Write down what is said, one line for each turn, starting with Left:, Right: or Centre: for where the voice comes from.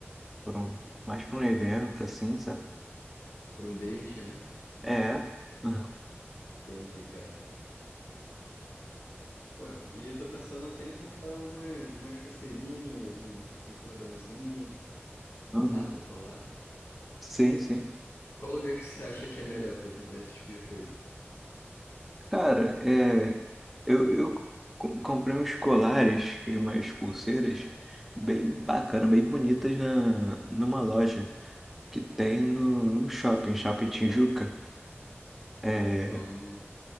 Centre: pra um, mais pra um evento, assim, sabe?
Left: Pra um date, né?
Centre: É. <laughs>
Left: Entendi, cara. Pô, e eu tô pensando até em comprar uma, umas pulseirinhas, um, um cordãozinho,
Centre: Aham.
Left: sabe? Um colar.
Centre: Sim, sim.
Left: Qual lugar que você acha que é melhor pra eu comprar esse tipo de coisa?
Centre: Cara, é, eu, eu co- comprei uns colares e umas pulseiras bem bacana, bem bonitas na, numa loja que tem no, no shopping, Shopping Tijuca. É,
Left: Hum,